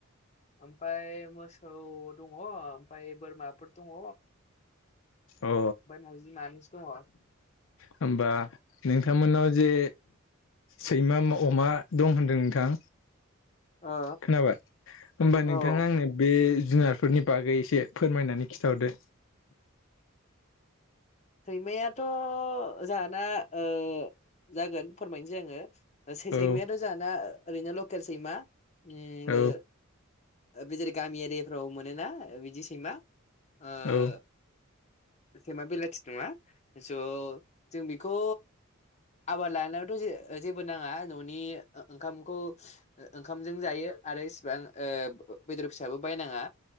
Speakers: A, on the left (about 35°); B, on the left (about 65°).
A: आमफाय मोसौ दङ आमफफ्राय बोरमाफोर दङ।
B: अ
A: मावजि मानैसो दङ
B: होमबा नोंथांमोननाव जे सैमा अमा दं होनदों नोंथां?
A: ओ
B: खोनाबाय होमबा
A: औ
B: नोंथाङा आंनो बे जुनारफोरनि बागै एसे फोरमायनानै खिन्थाहरदो।
A: सैमायाथ' जाहाना ओ जागोन फोरमायनोसै आङो।
B: औ
A: सैमायाथ जाहाना ओरैनो लकेल सैमा उम
B: औ
A: ओ बे जेरै गामि एरियाफ्राव मोनोना बिदि सैमा ओ
B: औ।
A: सैमा बेलाथि नङा स जों बेखौ आबाद लानायावथ ज जेबो नाङा न'नि ओ-ओंखामखौ ओ-ओंखामजों जायो। आरो इसिबां बे-बेदर फिसाबो बायनाङा।